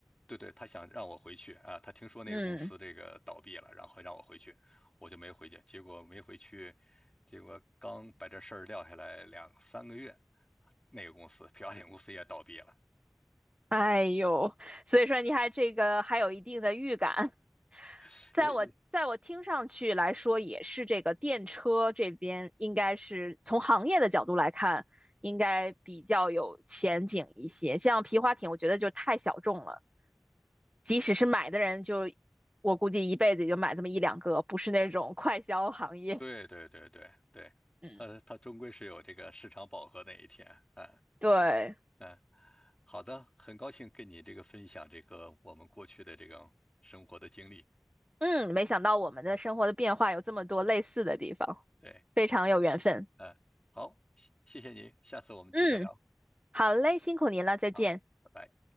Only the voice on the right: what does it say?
嗯。
<laughs> 哎呦，所以说你还这个还有一定的预感，
在我在我听上去来说，也是这个电车这边应该是从行业的角度来看，应该比较有前景一些。像皮划艇，我觉得就太小众了，即使是买的人就，我估计一辈子也就买这么一两个，不是那种快消行业。
嗯，
对，
嗯，没想到我们的生活的变化有这么多类似的地方，
非常有缘分。
嗯。好嘞，辛苦您了，再见。